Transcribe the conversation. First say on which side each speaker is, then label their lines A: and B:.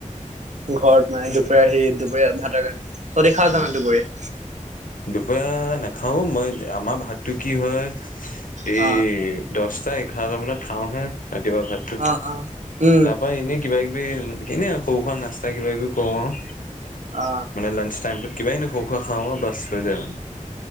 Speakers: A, on the right; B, on the left.
A: ঘৰত মানে দুপৰীয়া সি দুপৰীয়া ভাতৰ, কাৰণে তহতি খা
B: অ
A: জানো দুপৰীয়া?
B: দুপৰীয়া নাখাও মই আমাৰ ভাতটো কি হয়
A: অ
B: এই দশটা এঘাৰটা মানত খাওঁহে ৰাতিপুৱা ভাত।
A: আ আ, উম।
B: হয় এনে কিবা কিবি এনে সৰু খুৰা নাস্তা কিবা কিবি কওঁ আৰু।
A: অ
B: মানে লাঞ্চ টাইমটোত কিবাই ন খও খোৱা খাওঁ আৰু বাছ হৈ যায় মানে।